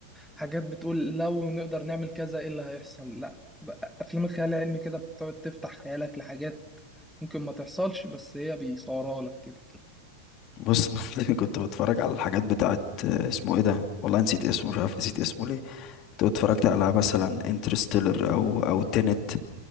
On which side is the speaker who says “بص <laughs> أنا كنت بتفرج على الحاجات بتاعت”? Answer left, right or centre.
Left